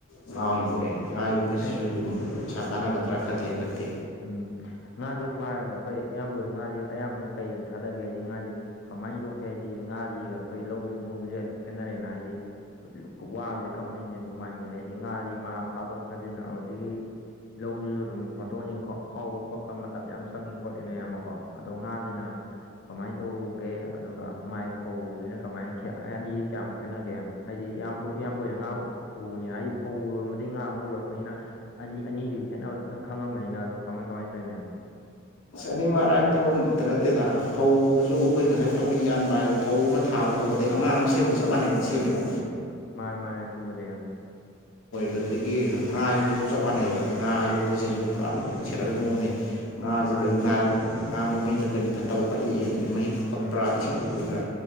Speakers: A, on the left (about 85°); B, on the left (about 55°).
A: ꯉꯥ ꯑꯣꯏꯅ ꯌꯣꯛꯑꯦ ꯉꯥ ꯌꯣꯛꯄꯁꯤꯁꯨ
B: ꯑꯩ
A: ꯑꯗꯨꯝ ꯄꯩꯁꯥ ꯀꯥꯟꯅꯒꯗ꯭ꯔꯥ ꯈꯜꯂꯦ ꯍꯟꯗꯛꯇꯤ
B: ꯎꯝ ꯉꯥ ꯌꯣꯛꯄ ꯍꯥꯏꯔꯒ ꯑꯩꯈꯣꯏ ꯏꯌꯥꯝꯕ ꯉꯥꯁꯦ ꯏꯌꯥꯝꯕꯅ ꯀꯩ ꯑꯣꯏꯅ ꯊꯥꯗꯒꯦ ꯍꯥꯏꯗꯤ ꯉꯥꯁꯦ ꯀꯃꯥꯏꯅ ꯌꯣꯛꯀꯦ ꯍꯥꯏꯗꯤ ꯉꯥꯁꯤꯒ ꯑꯩꯈꯣꯏ ꯂꯧꯎ ꯁꯤꯡꯎꯕꯁꯤꯒ ꯍꯥꯏꯐꯦꯠ ꯈꯦꯠꯅꯔꯦꯅ ꯍꯥꯏꯗꯤ ꯋꯥꯕꯁꯦ ꯀꯔꯝꯕꯅ ꯍꯦꯟꯗꯧ ꯃꯥꯟꯒꯦ ꯍꯥꯏꯗꯤ ꯉꯥꯁꯤ ꯉꯥ ꯐꯥꯗꯣꯛ ꯐꯥꯖꯤꯟ ꯑꯗꯒꯤ ꯂꯧꯗꯨꯁꯨ ꯑꯗꯨꯝ ꯍꯣꯠꯇꯣꯛ ꯍꯣꯟꯖꯤꯟ ꯈꯥꯎꯕ ꯈꯣꯠꯄ ꯃꯇꯝ ꯌꯥꯝ ꯆꯪꯉ ꯈꯣꯠꯂꯤꯅꯦ ꯑꯃꯀꯣ ꯑꯗꯣ ꯉꯥꯁꯤꯅ ꯀꯃꯥꯏꯅ ꯇꯧꯒꯦ ꯑꯗꯨꯒ ꯃꯥꯏ ꯐꯧꯕꯁꯤꯅ ꯀꯃꯥꯏꯅ ꯑꯅꯤꯁꯦ ꯀꯌꯥꯝ ꯈꯦꯠꯅꯒꯦ ꯍꯥꯏꯗꯤ ꯑꯌꯥꯝꯕ ꯏꯌꯥꯝꯕ ꯑꯣꯏꯅ ꯉꯥ ꯎꯕꯅꯤꯅ ꯍꯥꯏꯗꯤ ꯐꯧꯔꯝꯕꯗꯒꯤ ꯉꯥ ꯑꯃ ꯎꯨꯔꯛꯄꯅꯤꯅ ꯑꯅꯤ ꯑꯅꯤꯗꯨꯒꯤ ꯈꯦꯠꯅꯕꯗ ꯐꯖꯪ ꯈꯪꯉꯕꯅꯤꯅ ꯑꯗꯣ ꯀꯃꯥꯏ ꯀꯃꯥꯏꯅ ꯇꯧꯔꯤꯅ
A: ꯑꯅꯤꯃꯛ ꯑꯔꯥꯏꯕ ꯊꯕꯛ ꯑꯝꯇ ꯅꯠꯇꯦꯗ ꯐꯧꯕꯁꯨ ꯑꯩꯈꯣꯏ ꯉꯁꯥꯏ ꯂꯧꯔꯤ ꯌꯥꯟꯕ ꯍꯥꯏꯕ ꯐꯧ ꯑꯃ ꯊꯥꯕ ꯍꯧꯕꯗꯒꯤꯩ ꯑꯉꯥꯡ ꯑꯃ ꯁꯦꯝꯕ ꯆꯞ ꯃꯥꯟꯅꯩ ꯁꯦꯝꯃꯤꯕ
B: ꯃꯥꯅꯦ ꯃꯥꯅꯦ ꯑꯗꯨꯕꯨꯗꯤ ꯏꯌꯥꯝꯕ
A: ꯑꯗꯨꯗꯒꯤ ꯉꯥ ꯌꯣꯛꯄꯁꯨ ꯆꯞ ꯃꯥꯟꯅꯩꯕ ꯉꯥ ꯌꯣꯛꯄꯁꯤꯁꯨ
B: ꯎꯝ
A: ꯁꯦꯟꯅꯅꯕꯩ ꯃꯑꯣꯡꯅꯦ ꯉꯥꯁꯦ
B: ꯃꯥꯅꯦ
A: ꯀꯔꯤ
B: ꯃꯥꯅꯦ
A: ꯅꯥꯔꯛ ꯉꯥ ꯃꯃꯩꯗ ꯀꯔꯤ ꯐꯠꯇꯕ ꯄꯛꯏ ꯑ ꯃꯍꯤꯛ ꯄꯛꯄ꯭ꯔꯥ
B: ꯎꯝ
A: ꯏꯁꯤꯡ ꯄꯛꯄꯤꯕ꯭ꯔꯥ